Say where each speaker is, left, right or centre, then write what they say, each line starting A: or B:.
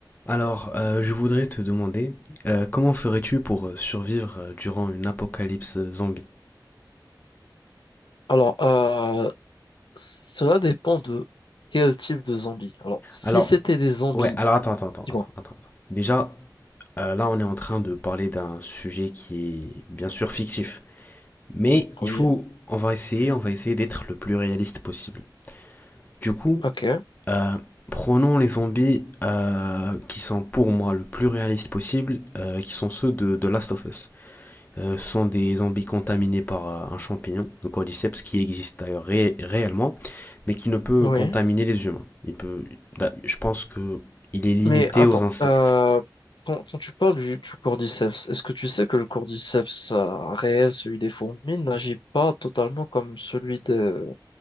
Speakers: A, on the left; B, on the left.
A: Alors, euh, je voudrais te demander, euh, comment ferais-tu pour euh, survivre euh, durant une apocalypse zombie?
B: Alors, euh, cela dépend de quel type de zombie. Alors, si
A: Alors,
B: c'était des zombies,
A: ouais, alors attends, attends, attends,
B: dis-moi.
A: attends, attends. attends. Déjà, euh, là, on est en train de parler d'un sujet qui est bien sûr fictif. Mais il
B: Oui,
A: faut, on va essayer, on va essayer d'être le plus réaliste possible. Du coup,
B: ok,
A: euh, prenons les zombies euh, qui sont pour moi le plus réaliste possible, euh, qui sont ceux de, de Last of Us. euh, sont des zombies contaminés par euh, un champignon, le cordyceps, qui existe d'ailleurs ré- réellement, mais qui ne peut
B: oui.
A: contaminer les humains. Il peut, bah, je pense que il est limité
B: Mais attends,
A: aux insectes.
B: euh, quand, quand tu parles du, du cordyceps, est-ce que tu sais que le cordyceps euh, réel, celui des fourmis, n'agit pas totalement comme celui de,